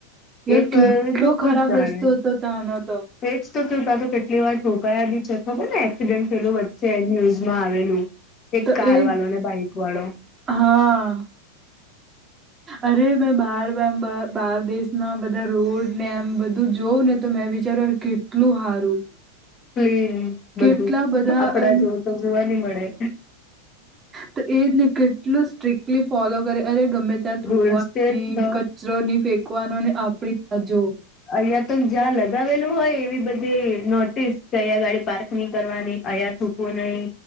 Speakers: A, on the right (about 20°); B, on the left (about 30°).
A: યાર
B: એ તો
A: કેટલો
B: એ લોકો
A: ખરાબ
B: જ જાણે
A: રસ્તો હતો ત્યાંનો તો
B: એજ તો કેતા તો કેટલી વાર ઠોકાયા બી છે ખબર ને એક્સિડેન્ટ થેલુ વચ્ચે એનું આવેલું એક
A: તો
B: કાર
A: એ
B: વાળો ને બાઈક વાળો.
A: હા
B: <inaudible>
A: અરે મેં બાર બે બ બાર દેશના બધા રોડ ને એમ બધું જોઉં ને તો મેં વિચાર કેટલું હારું
B: ક્લીન બધું
A: કેટલા બધા
B: આપડા
A: એમ
B: જોવુ તો જોવા ની મળે.
A: તો એને કેટલું સ્ટ્રિક્ટલી ફોલો કરે અરે ગમે ત્યાં થૂકવાની
B: રૂલ્સ છે જ તો
A: કચરો નહી ફેંકવાનો અને આપડી જો
B: અહીંયા તો જ્યાં લગાવેલું હોય એવી બધી નોટિસ કે અહીંયા ગાડી પાર્ક નહી કરવાની અહીંયા થુ નહી